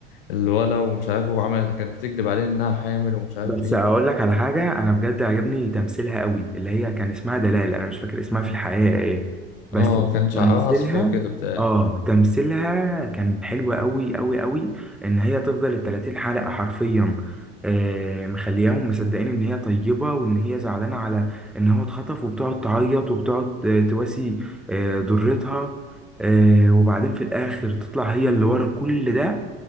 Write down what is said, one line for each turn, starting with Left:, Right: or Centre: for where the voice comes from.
Left: الولا ومش عارف وعملت كانت بتكذب عليه انها حامل ومش عارف
Centre: بس
Left: ايه
Centre: اقول لك على حاجه انا بجد عجبني تمثيلها قوي اللي هي كان اسمها دلال انا مش فاكر اسمها في الحقيقه ايه بس
Left: اه كان شعرها
Centre: تمثيلها
Left: اصفر كده بتاع
Centre: اه تمثيلها كان حلو قوي قوي قوي ان هي تفضل ال 30 حلقه حرفيا آه مخلياهم مصدقين ان هي طيبه وان هي زعلانه على ان هو اتخطف وبتقعد تعيط وبتقعد آه، تواسي آه ضرتها آه وبعدين في الاخر تطلع هي اللي ورا كل ده